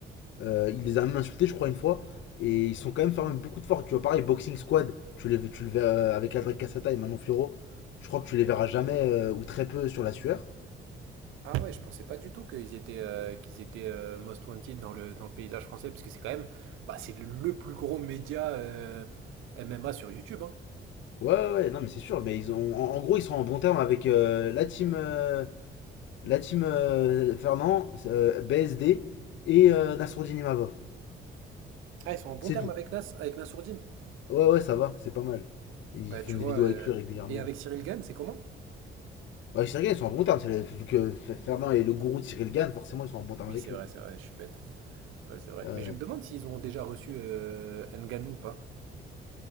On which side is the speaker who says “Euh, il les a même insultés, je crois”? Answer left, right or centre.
Left